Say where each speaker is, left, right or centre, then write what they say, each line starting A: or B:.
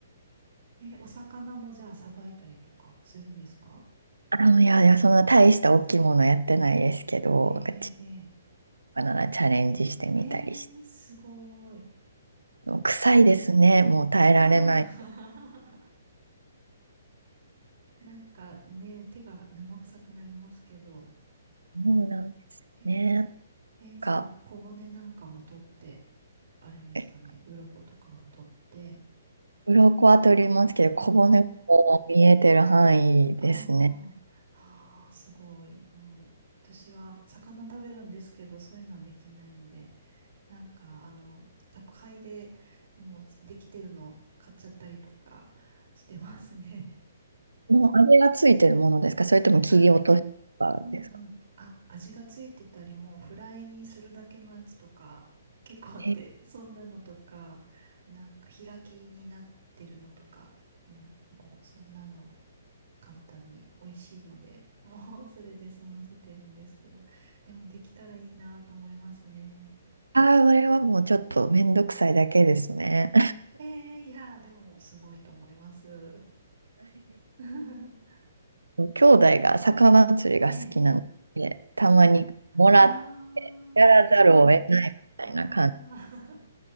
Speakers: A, on the right (about 50°); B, on the right (about 75°).
A: え、お魚もじゃあさばいたりとかするんですか
B: あの、いやいや、そんな大した大きいものやってないですけど、
A: ええええ
B: なんかちっななチャレンジしてみたりして。
A: えええーすごい。
B: もう臭いですね。もう耐えられない。
A: ああ <laughs> なんかね、手が生臭くなりますけど。
B: もうなんですね。
A: ええ
B: なん
A: ええじゃあ小骨なんかも取って、
B: か、
A: あれですかね、
B: え
A: 鱗とかも取って。
B: 鱗は取りますけど、
A: あ
B: 小骨も見えてる範囲ですね。
A: あ、ああ、ああ、すごい。うん、私は魚食べるんですけど、そういうのはできないので。なんか、あの、宅配でもうできてるのを買っちゃったりとかしてますね。
B: もうあれがついてるものですかそれとも切り落としたですか
A: <laughs> あ、うんうん。あ、味がついてたり、もうフライにするだけのやつとか結構あって、
B: え、
A: そんなのとか、なんか開きになってるのとか、うん、もうそんなの簡単に美味しいので、<laughs> もうそれで済ませてるんですけど、でもできたらいいなと思いますね。
B: ああー、あれはもうちょっとめんどくさいだけですね。
A: えー、いやー、でもすごいと思います。<laughs>
B: <laughs> 兄弟が魚釣りが好きなので、
A: ええ。
B: たまにもらっ
A: あ、あー、
B: やらざるを得ないみたいな感じ。
A: すごい。あー。